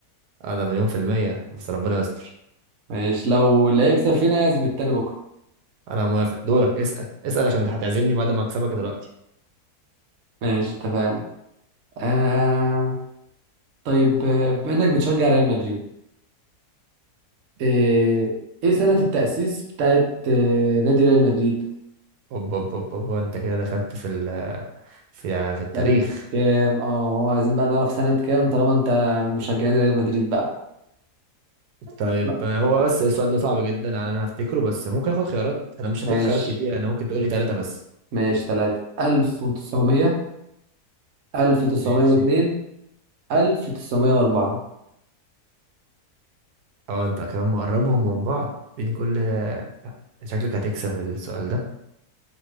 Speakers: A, on the right; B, on the right.
A: اه ده مليون في المية بس ربنا يستر
B: ماشي لو اللي هيكسب فينا يعزم التاني بكرة
A: انا موافق دورك اسال اسال عشان هتعزمني بعد ما اكسبك دلوقتي
B: ماشي اتفقنا آه طيب آه، بما انك بتشجع ريال مدريد آه، ايه سنة التأسيس بتاعت آه، نادي ريال مدريد
A: اوب اوب اوب اوب انت كده دخلت في ال في في التاريخ
B: سنة كام اه هو عايزين بقى نعرف سنة كام طالما انت من مشجعين ريال مدريد بقى
A: طيب
B: لا
A: هو بس السؤال ده صعب جدا على انا افتكره بس ممكن اخد خيارات انا مش
B: ماشي
A: هحتاج خيارات كتير انا ممكن تقولي ثلاثة بس
B: ماشي تلاتة ألف وتسعمية ألف وتسعمية
A: ماشي
B: واتنين ألف وتسعمية وأربعة
A: اه انت كمان مقربهم من بعض بين كل شكلك هتكسب السؤال ده